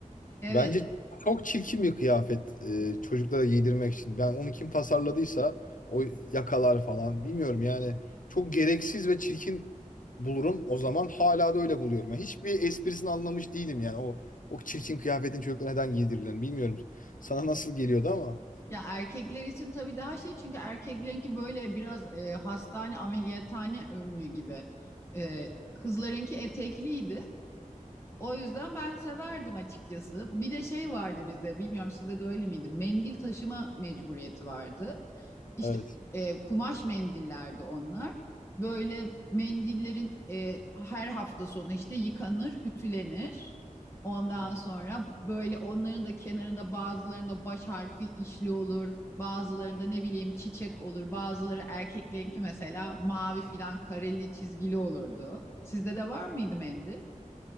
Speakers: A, on the left (about 20°); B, on the left (about 75°).
A: Evet.
B: Bence çok çirkin bir kıyafet e, çocuklara giydirmek için. Ben onu kim tasarladıysa o yakalar falan bilmiyorum yani çok gereksiz ve çirkin bulurum. O zaman hala da öyle buluyorum. Yani hiçbir esprisini anlamış değilim yani o o çirkin kıyafetin çocuklara neden giydirilen bilmiyorum. Sana nasıl geliyordu ama.
A: Ya erkekler için tabii daha şey çünkü erkeklerinki böyle biraz e, hastane ameliyathane önlüğü gibi. E, kızlarınki etekliydi. O yüzden ben severdim açıkçası. Bir de şey vardı bizde bilmiyorum sizde de öyle miydi? Mendil taşıma mecburiyeti vardı. İşte
B: Evet.
A: e, kumaş mendillerdi onlar. Böyle mendillerin e, her hafta sonu işte yıkanır, ütülenir. Ondan sonra böyle onların da kenarında bazılarında baş harfi işli olur. Bazılarında ne bileyim çiçek olur. Bazıları erkeklerinki mesela mavi filan kareli çizgili olurdu. Sizde de var mıydı mendil?